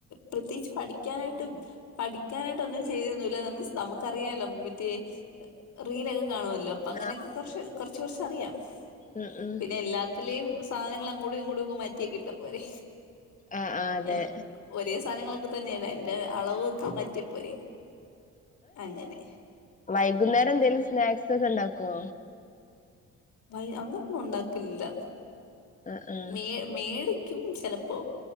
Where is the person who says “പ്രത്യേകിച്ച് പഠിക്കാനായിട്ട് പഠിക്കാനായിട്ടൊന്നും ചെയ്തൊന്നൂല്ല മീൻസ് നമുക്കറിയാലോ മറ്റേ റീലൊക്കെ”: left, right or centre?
Left